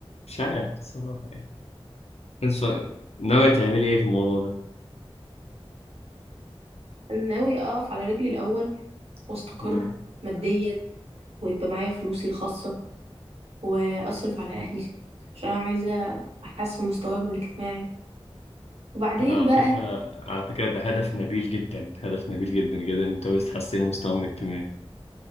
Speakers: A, on the left; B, on the right.
A: مش عارف بصراحة يعني أنت ناوية تعملي إيه في الموضوع
B: انا ناوي اقف على رجلي الاول واستقر
A: ده؟
B: ماديا ويبقى معايا فلوسي الخاصه واصرف على اهلي عشان انا عايزه احسن مستواهم الاجتماعي وبعدين
A: ده على
B: بقى
A: فكرة على فكرة ده هدف نبيل جدا هدف نبيل جدا جدا انت بس تحسني مستواهم الاجتماعي